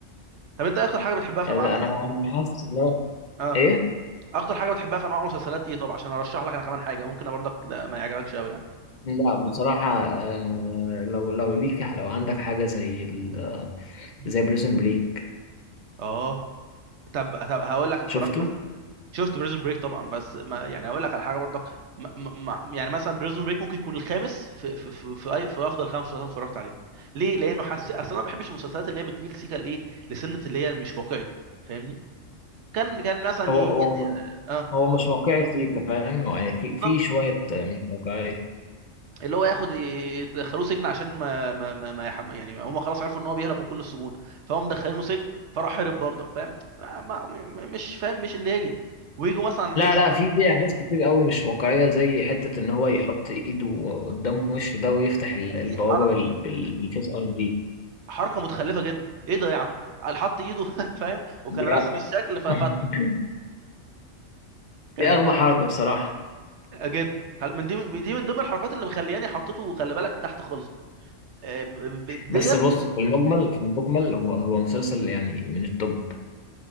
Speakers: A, on the right; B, on the left.
A: طب انت إيه اكتر حاجه بتحبها في
B: انا
A: انواع المسلسلات
B: انا
A: يعني
B: حاسس ان هو
A: اه
B: ايه
A: اكتر حاجه بتحبها في انواع المسلسلات ايه طب عشان ارشح لك انا كمان حاجه ممكن برضك ده ما يعجبكش قوي يعني
B: لا بصراحة آه لو لو ليك لو عندك حاجة زي ال... آه،
A: مم.
B: زي بريزن بريك
A: اه طب طب هقول لك اتفرجت
B: شفته
A: بس شفت بريزون بريك طبعا بس ما يعني اقول لك على حاجه برضك ما ما ما- يعني مثلا بريزون بريك ممكن يكون الخامس في في في في, أي في افضل خمس مسلسلات اتفرجت عليها ليه لانه حس اصلا انا ما بحبش المسلسلات اللي هي بتميل سيكا لايه لسنه اللي هي مش واقعي فاهمني كان كان مثلا
B: هو
A: يجي
B: هو
A: اه
B: هو مش واقعي سيكا فاهم هو يعني في في
A: بالظبط
B: شوية آه، مش واقعية
A: اللي هو ياخد ي- يدخلوه سجن عشان ما ما ما, ما يحم... يعني هم خلاص عرفوا ان هو بيهرب من كل السجون فهم مدخلينه سجن فراح هرب برضك فاهم ما ما مش فاهم مش اللي هي ويجوا مثلا
B: لا
A: يحصل
B: لا
A: مثلا
B: في في احداث كتير قوي مش واقعيه زي حته ان هو يحط ايده قدام وشه ده ويفتح ال- البوابه
A: دي حركه
B: بال- بال- بالفيس اي دي
A: حركه متخلفه جدا ايه ده يا عم قال حط ايده <laughs> فاهم وكان
B: دي
A: راسم
B: أ-
A: الشكل ففتح
B: <laughs>
A: كانت
B: دي اغبى
A: اه
B: حركه بصراحه
A: جدا خل- من دي من دي من ضمن الحركات اللي مخلياني حطيته خلي بالك تحت خالص آه، ب- ب- ب-
B: بس
A: ديت
B: بص
A: و...
B: في المجمل في المجمل هو هو مسلسل يعني من التوب